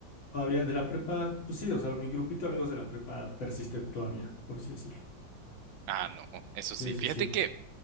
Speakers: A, on the left; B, on the right.
A: todavía de la prepa, pues sí, o sea, mi grupito de amigos de la prepa persiste todavía, por así decirlo.
B: Ah, no, eso sí.
A: Sí, sí,
B: Fíjate
A: sí.
B: que